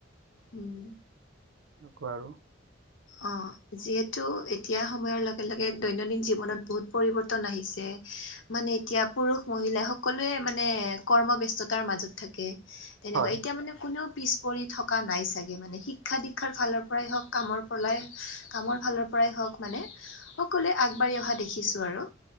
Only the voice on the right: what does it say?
নকও আৰু
হয়